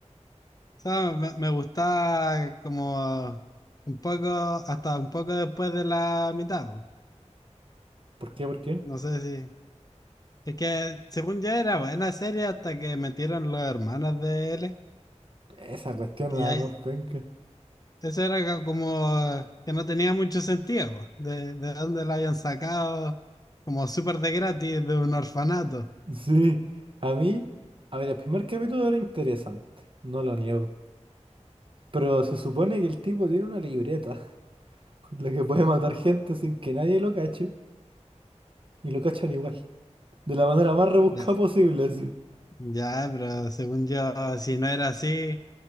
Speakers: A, on the left; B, on the right.
A: O sea, me, me gusta como un poco, hasta un poco después de la mitad, po.
B: ¿Por qué? ¿Por qué?
A: No sé si... Es que, según yo, era buena serie hasta que metieron los hermanos de él.
B: Esa cuestión
A: Y
B: era
A: ahí,
B: la más penca. <laughs>
A: eso era co- como que no tenía mucho sentido, po, De, de dónde lo habían sacado, como súper de gratis, de un orfanato.
B: Sí. A mí, a ver, el primer capítulo era interesante. No lo niego. Pero se supone que el tipo tiene una libreta con la que puede matar gente sin que nadie lo cache, y lo cachan igual, de la manera más rebuscada
A: Ya,
B: posible, así.
A: ya, pero según yo, si no era así...